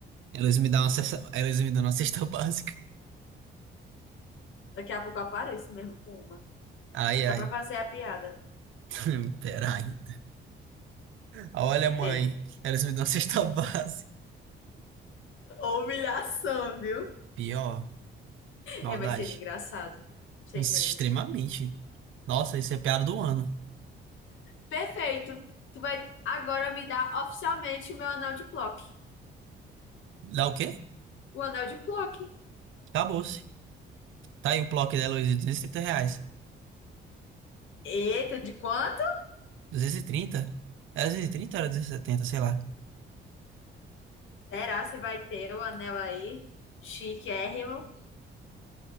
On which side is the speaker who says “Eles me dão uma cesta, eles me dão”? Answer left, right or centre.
Right